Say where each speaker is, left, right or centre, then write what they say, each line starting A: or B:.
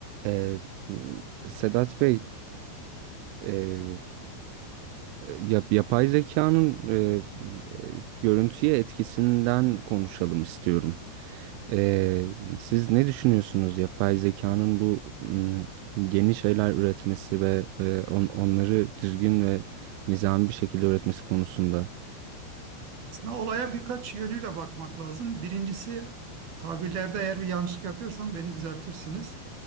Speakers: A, on the right; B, on the right.
A: Ee, m- Sedat Bey, e, yap, yapay zekanın e, e, görüntüye etkisinden konuşalım istiyorum. Ee, siz ne düşünüyorsunuz yapay zekanın bu m, yeni şeyler üretmesi ve e, on- onları düzgün ve nizami bir şekilde üretmesi konusunda?
B: Aslında olaya birkaç yönüyle bakmak lazım. Birincisi tabirlerde eğer bir yanlışlık yapıyorsam beni düzeltirsiniz.